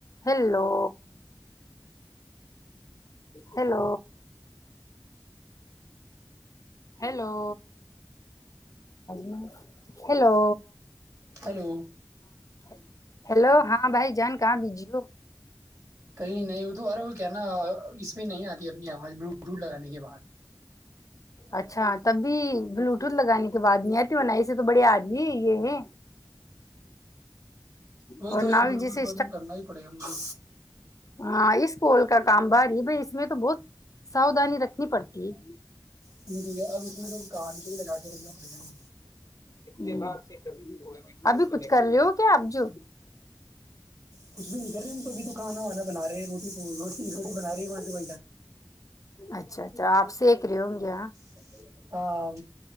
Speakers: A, on the left; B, on the right.
A: Hello hello hello میں hello
B: hello
A: <inaudible> hello ہاں بھائی جانک کہاں بجیو
B: کہئی نہیں ادو ار کیا نا اس میں نہیں آتی اپنی آواز بلوٹوٹ لگانے کے بعد
A: اچھا تب بھی بلوٹوتھ لگانے کے بعد نہیں آتی وہن ایے تو بڑے آدمی یہ ہے
B: وہی
A: ورنہ
B: تو یہ بلوٹوتھ
A: بھی جیسے
B: بسند کرنا ہی پڑے گا مجھے
A: ہاں ہاں اس کوول کا کام ب رہی بائی اس میں تو بہت سادانی رکھنی پڑتی ہے
B: ٹ ٹیک ہے اب اس میں تو کان کے ہی لگا کے رکھنا پڑ گاا
A: اتنے باات سے کبھی اور ابھی کچھ کر رہے ہو کیا اب جو
B: کچھ بھی نہیں کر رہے ہیں ہم توب تو کھانا وانا بنا رہے ہیں روٹی روٹی روٹی بنا رہی م
A: اچھا اچھا آپ سیک رہے ہوں گے ہاں
B: پسا ہاں